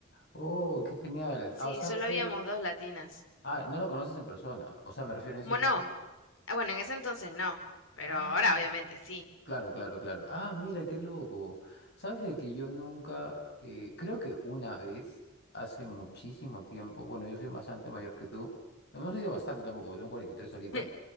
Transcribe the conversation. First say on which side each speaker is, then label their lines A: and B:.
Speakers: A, on the left; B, on the left.
A: Oh, qué genial.
B: Sí,
A: Ah, o sea,
B: solo
A: fue.
B: habíamos dos latinas.
A: Ah, no la conoces en persona. O sea, me refiero en
B: Bueno,
A: ese entonces.
B: ah, bueno, en ese entonces no. Pero
A: Ah,
B: ahora obviamente sí.
A: claro, claro, claro. Ah, mira, qué loco. Sabes de que yo nunca, eh, creo que una vez, hace muchísimo tiempo, bueno, yo soy bastante mayor que tú. No, no sé si bastante tampoco, tengo 43 ahorita.
B: <laughs>